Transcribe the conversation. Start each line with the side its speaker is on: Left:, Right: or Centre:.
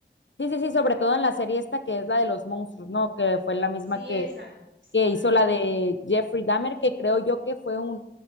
Left: sí, sí, sí,
Right: Como
Left: sobre
Right: que,
Left: todo en la serie esta que es la de los monstruos, ¿no? Que fue la misma
Right: sí,
Left: que,
Right: esa,
Left: que
Right: con
Left: hizo
Right: el
Left: la
Right: nombre.
Left: de Jeffrey Dahmer, que creo yo que fue un